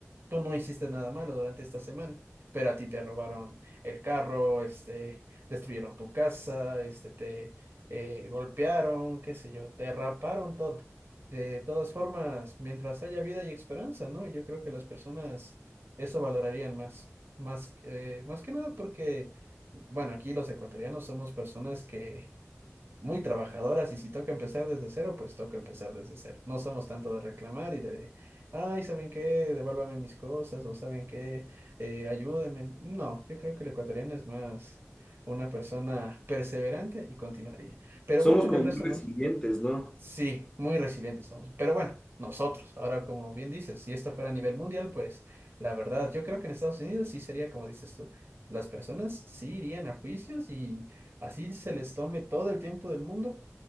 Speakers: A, on the right; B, on the left.
A: tú no hiciste nada malo durante esta semana, pero a ti te robaron el carro, este, destruyeron tu casa, este, te eh, golpearon, qué sé yo, te raparon todo. De todas formas, mientras haya vida y esperanza, ¿no? Yo creo que las personas eso valorarían más, más, eh, más que nada porque, bueno, aquí los ecuatorianos somos personas que muy trabajadoras y si toca empezar desde cero, pues toca empezar desde cero. No somos tanto de reclamar y de, ay, ¿saben qué? Devuélvame mis cosas o ¿saben qué? Eh, ayúdenme. No, yo creo que el ecuatoriano es más una persona perseverante y continuaría. Pero
B: somos
A: bueno, en
B: como
A: el resto
B: muy
A: del
B: resilientes,
A: mundo
B: ¿no?
A: Sí, muy resilientes somos. Pero bueno, nosotros, ahora como bien dices, si esto fuera a nivel mundial, pues la verdad, yo creo que en Estados Unidos sí sería como dices tú. Las personas sí irían a juicios y así se les tome todo el tiempo del mundo.